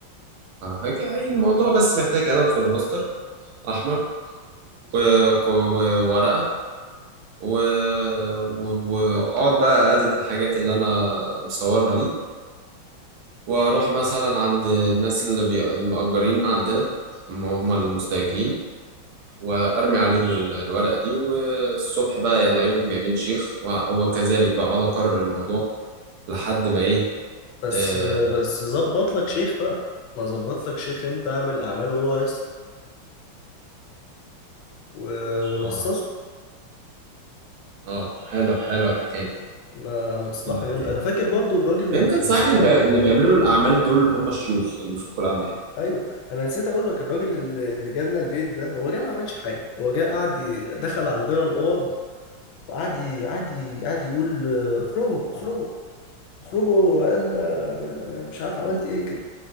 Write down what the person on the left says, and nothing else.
بس
بس ظبط لك شيخ بقى ما ظبط لك شيخ انت اعمل اعمال وهو هيصرف و- ونصصه
ما مصلحة
جامدة
انا فاكر برضو الراجل
نسيت
اقول
لك
ايوه انا نسيت اقول لك الراجل اللي اللي جالنا البيت ده هو جه ما عملش حاجة هو جه قعد ي- دخل عندنا الاوض وقعد ي- قعد ي- قعد يقول آه، اخرجوا اخرجوا اخرجوا وقال آه، مش عارف عملت ايه كده